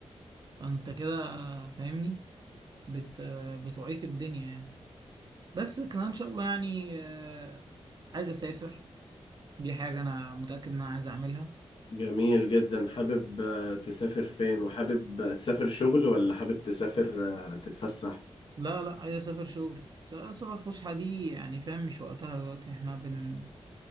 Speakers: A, on the right; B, on the left.
A: فانت كده فاهمني بت بتعيق الدنيا يعني بس كمان ان شاء الله يعني آه، عايز اسافر دي حاجة انا متأكد ان انا عايز اعملها
B: جميل جدا حابب آه، تسافر فين وحابب آه، تسافر شغل ولا حابب تسافر آه، تتفسح
A: لا لا عايز اسافر شغل س- سفر فسحة دي يعني فاهم مش وقتها دلوقتي احنا بن